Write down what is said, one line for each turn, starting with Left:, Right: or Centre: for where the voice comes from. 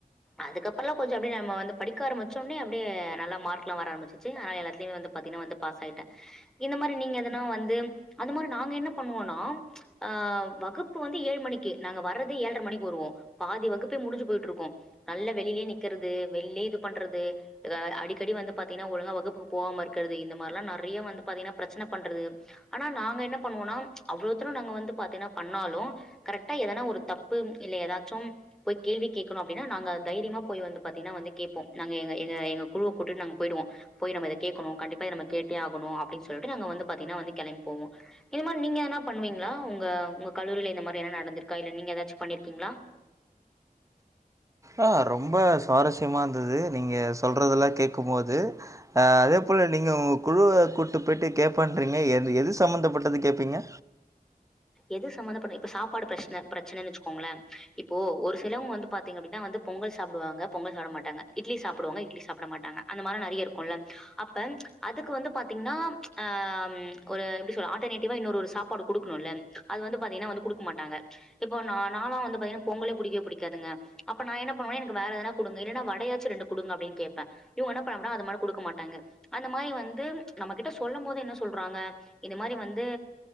Centre: அதுக்கப்புறோலா கொஞ்சம் அப்படியே நம்ப படிக்க ஆச்சோனயே அப்படியே நல்ல மார்க்லா வர ஆரம்பிச்சுருச்சு ஆனா எல்லாதுலயும் வந்து பாத்தீன்னா பாஸ் ஆயிட்ட. இந்த மாரி நீங்க எதனா வந்து அந்த மாரி நாங்க என்ன பண்ணுவோனா ம்ச் ஆஹ வகுப்பு வந்து ஏழு மணிக்கு நாங்க வரதே ஏழ்ற மணிக்கு வருவோ பாதி வகுப்பே முடிஞ்சுப். போயிட்டு இருக்கோம். நல்ல வெளிலயே நிக்கிறது வெளிலே இது பண்றது. எதாவ அடிக்கடி வந்து பாத்தீங்கன்னா ஒழுங்கா வகுப்புக்கு போகாம இருக்கிறது இந்த மாதிரல்லாம் நிறைய வந்து பாத்தீங்கன்னா பிரச்சனை பண்றது. ஆனா நாங்க என்ன பண்ணுவோம்னா ம்ச் அவ்ளவுத்தரம் நாங்க வந்து பாத்தீங்கன்னா பண்ணாலும் கரெக்டா எதனா ஒரு தப்பு இல்ல ஏதாச்சும் போய். கேள்வி கேட்கணும் அப்படின்னா நாங்க தைரியமா போய் வந்து பாத்தீங்கன்னா வந்து கேப்போம் நாங்க எங்க எங்க குழுவ கூட்டிட்டு நாங்க போயிடுவோம். போய் அத நம்ம கேக்கணும் கண்டிப்பா இத நம்ம கேட்டே ஆகணும் அப்படின்னு சொல்லிட்டு நாங்க வந்து பாத்தீங்கன்னா வந்து கிளம்பி போவோம். இந்த மாதிரி நீங்க என்ன பண்ணுவீங்களா உங்க கல்லூரியில இந்த மாதிரி என்ன நடந்திருக்கா இல்ல நீங்க ஏதாச்சும் பண்ணிருக்கீங்களா.
Right: ஆஹ ரொம்ப சுவாரஸ்யமா இருந்தது நீங்க சொல்றதெல்லாம் கேட்கும் போோத ஆஹ அதே போல நீங்க உங்க குழுவ கூட்டு போயிட்டு கேட்பண்றீங்க எ எது சம்பந்தப்பட்டது கேட்பீங்க.
Centre: எது சம்பமந்தப்பட்ட இப்ப சாப்பாடு பிரச்சனை பிரச்சனைன்னு வச்சுக்கோங்களேன் இப்போ ஒரு சிலவங்க வந்து பாத்தீங்க அப்படின்னா வந்து பொங்கல் சாப்பிடுவாங்க பொங்கல் சாப்பிட மாட்டாங்க இட்லி சாப்பிடுவாங்க இட்லி சாப்பிட மாட்டாங்க அந்த மாதிரி நிறைய இருக்கும் இல்ல அப்ப அதுக்கு வந்து பாத்தீங்கன்னா ம்ச் ஆஹ ஒரு எப்படி சொல்ல ஆல்ர்னேட்டிவா இன்னொரு ஒரு சாப்பாடு கொடுக்கணும் இல்ல. அது வந்த பாத்தீங்கனா கொடுக்க மாட்டாங்க இப்ப நானாம் வந்து பாத்தீங்கனா பொங்கலே பிடிக்கவே பிடிக்காதுங்க ம்ச் அப்ப நான் என்ன பண்ணுவா எனக்கு வேற எதனா குடுங்க இல்ன்னா வடையாச்சு ரெண்டு கொடுங்க அப்படின்னு கேடப்பே. இவங்க என்ன பண்ணுவாங்கனா அந்த மாதிரி கொடுக்க மாட்டாங்க அந்த மாதிரி வந்து ம்ச் நம்ம கிட்ட சொல்லும் போது என்ன சொல்றாங்க இது மாரி வந்து